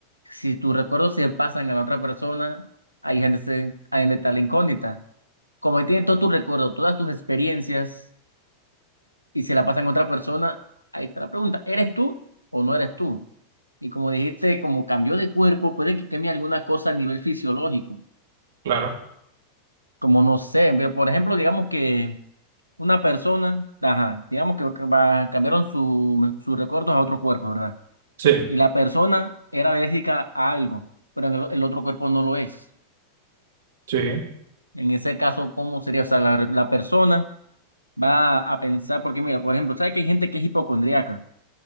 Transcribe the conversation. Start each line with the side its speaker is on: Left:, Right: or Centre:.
Left: Si tus recuerdos se pasan a la otra persona, ahí gente se, ahí donde está la incógnita. Como ahí tienes todos tus recuerdos, todas tus experiencias, y se la pasan a otra persona, ahí está la pregunta, ¿eres tú o no eres tú? Y como dijiste, como cambió de cuerpo, puede que cambie alguna cosa a nivel fisiológico.
Right: claro.
Left: Como no sé, ve- por ejemplo, digamos que una persona, ajá, digamos que va- cambiaron su- sus recuerdos a otro cuerpo, ¿verdad?
Right: Sí,
Left: Y la persona era alérgica a algo, pero en el el otro cuerpo no lo es.
Right: sí.
Left: En ese caso, ¿cómo sería? O sea, la, la persona va a pensar, porque mira, por ejemplo, ¿sabes que hay gente que es hipocondríaca?